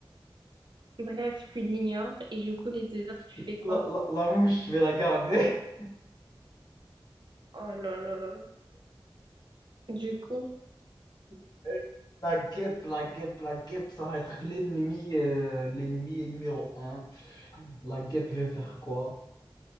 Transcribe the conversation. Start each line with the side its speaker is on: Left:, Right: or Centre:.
Right: Bref, tu l'ignores et du coup, les deux autres, tu
Left: <laughs>
Right: fais quoi?
Left: La, la- la mouche, je vais la garder.
Right: Oh là là là là. Du coup,
Left: <laughs> La guêpe, la guêpe, la guêpe, ça va être l'ennemi, euh, l'ennemi numéro un. La guêpe, je vais faire quoi?